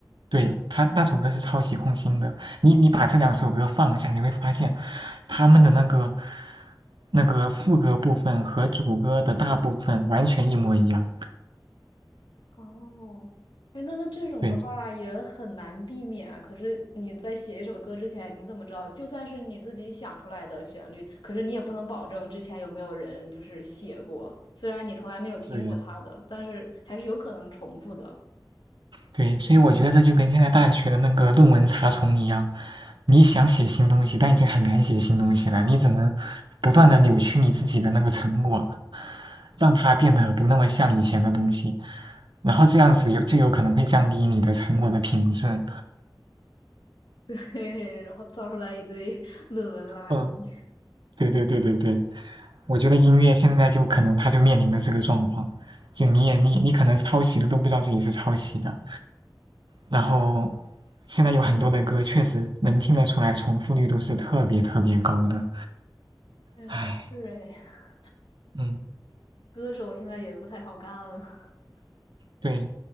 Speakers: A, on the right; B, on the left.
A: 对，他那首歌是抄袭空心的。你你把这两首歌放一下，你会发现他们的那个那个副歌部分和主歌的大部分完全一模一样。
B: 哦，哎，那那这种的话也很难避免啊可是你在写一首歌之前，
A: 对，
B: 你怎么知道？就算是你自己想出来的旋律，可是你也不能保证之前有没有人就是写过。虽然你从来没有听过他的，
A: 对，
B: 但是还是有可能重复的。
A: 对，所以我觉得这就跟现在大学的那个论文查重一样，你想写新东西，但已经很难写新东西了。你只能不断的扭曲你自己的那个成果，让它变得不那么像以前的东西，然后这样子有就有可能会降低你的成果的品质。
B: <laughs> 嘿嘿，然后造出来一堆 <laughs> 论文垃圾。
A: 嗯，对对对对对，我觉得音乐现在就可能它就面临的这个状况，就你也你你可能抄袭的都不知道自己是抄袭的，然后现在有很多的歌确实能听得出来重复率都是特别特别高的，
B: 哎，
A: 唉，
B: 是哎，
A: 嗯。
B: 歌手现在也不太好干了。<laughs>
A: 对，